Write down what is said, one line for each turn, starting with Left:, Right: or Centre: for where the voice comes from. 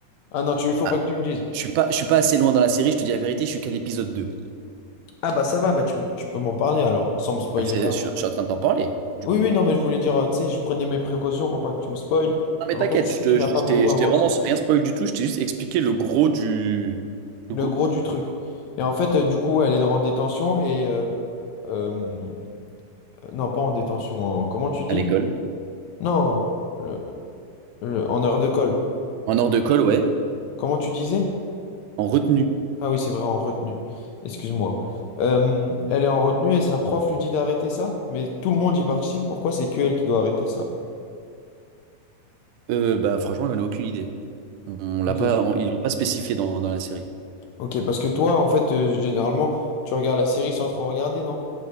Left: Ah non, tu, faut
Right: Ah,
Left: pas que tu me dises.
Right: je suis pas, je suis pas assez loin dans la série, je te dis la vérité, je suis qu'à l'épisode 2.
Left: Ah bah ça va, bah tu, m- tu peux m'en parler alors, sans me spoiler
Right: Là, c'est-
Left: vraiment.
Right: je, suis je suis en train de t'en parler, du
Left: Oui,
Right: coup.
Left: oui, non, mais je voulais dire, euh, tu sais, je prenais mes précautions pour pas que tu me spoiles.
Right: Non, mais
Left: Mais
Right: t'inquiète,
Left: en fait, si
Right: je te-
Left: tu n'as
Right: je
Left: pas
Right: t'ai je
Left: beaucoup
Right: t'ai- je
Left: avancé,
Right: t'ai vraiment rien spoil du tout, je t'ai juste expliqué le gros du...
Left: le
Right: Le gros...
Left: gros du truc. Et en fait, euh, du coup, elle est en détention et... euh, euh, non, pas en détention, en- comment tu dis?
Right: À l'école.
Left: Non, le- le- en heure de colle.
Right: En hors de colle, ouais.
Left: Comment tu disais?
Right: En retenue.
Left: Ah oui, c'est vrai, en retenue. Excuse-moi. Euh, elle est en retenue et sa prof lui dit d'arrêter ça? Mais tout le monde y participe, pourquoi c'est que elle qui doit arrêter ça?
Right: Euh, bah, franchement, j'en ai aucune idée. On l'a
Left: Ok.
Right: pas, on- ils l'ont pas spécifié dans, dans la série.
Left: Ok, parce que toi, en fait, euh, généralement, tu regardes la série sans trop regarder, non?